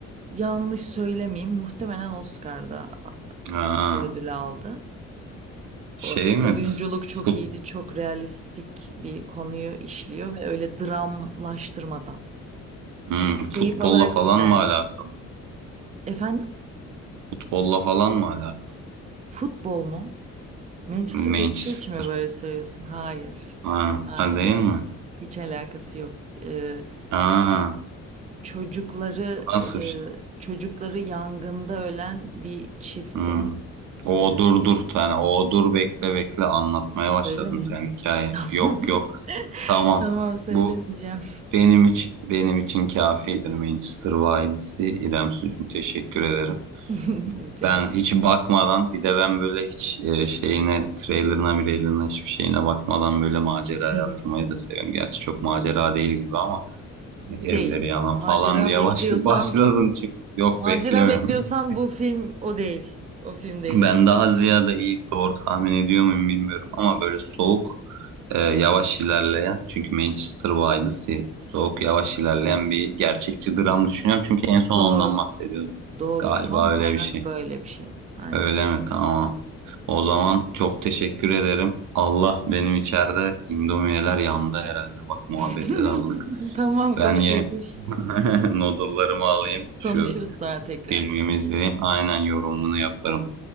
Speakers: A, on the right; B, on the right.
A: yanlış söylemeyeyim. Muhtemelen Oscar'da
B: Ha,
A: Oscar ödülü aldı.
B: şey
A: O,
B: mi?
A: oyunculuk çok
B: Fut,
A: iyiydi. Çok realistik bir konuyu işliyor ve öyle dramlaştırmadan.
B: hmm,
A: Keyif
B: futbolla
A: alarak
B: falan
A: izlersin.
B: mı alakalı?
A: Efendim?
B: Futbolla falan mı alakalı?
A: Futbol mu? Manchester
B: Manchester.
A: geçtiği için mi böyle söylüyorsun? Hayır.
B: Ha,
A: Hayır.
B: ha değil mi?
A: Hiç alakası yok. Ee,
B: Ha,
A: çocukları
B: nasıl bir şey?
A: e, çocukları yangında ölen bir çiftin
B: Hmm. O
A: e,
B: dur dur. Yani o dur bekle bekle anlatmaya
A: söylemeyeyim
B: başladın sen
A: mi?
B: hikaye. Yok yok.
A: <laughs>
B: Tamam.
A: Tamam söylemeyeceğim.
B: Bu benim için benim için kafidir Manchester Wiles'i İrem Sucuğum teşekkür ederim.
A: <laughs> Rica
B: Ben
A: ederim.
B: hiç bakmadan bir de ben böyle hiç e, şeyine trailerına mirailerine hiçbir şeyine bakmadan böyle maceraya
A: <laughs>
B: atılmayı da seviyorum. Gerçi çok macera değil gibi ama "E, evleri
A: Değil.
B: yanan falan
A: Macera
B: diye
A: bekliyorsan,
B: başladım, <laughs> başladın çünkü yok
A: macera
B: beklemiyorum.
A: bekliyorsan
B: <laughs>
A: bu film o değil. O film değil.
B: Ben daha ziyade iyi doğru tahmin ediyor muyum bilmiyorum ama böyle soğuk e, yavaş ilerleyen çünkü Manchester by the Sea soğuk yavaş ilerleyen bir gerçekçi dram düşünüyorum çünkü en son
A: Doğru.
B: ondan bahsediyordum.
A: Doğru.
B: Galiba
A: Tam olarak
B: öyle bir şey.
A: böyle bir şey. Aynen.
B: Öyle mi? Tamam O zaman çok teşekkür ederim. Allah benim içeride indomiyeler yandı herhalde. Bak muhabbete
A: <laughs>
B: daldık.
A: Tamam
B: Ben
A: koş
B: ye
A: yetiş.
B: <laughs> noodle'larımı alayım. Şu
A: Konuşuruz sonra tekrar.
B: filmimi izleyeyim. Aynen yorumunu yaparım.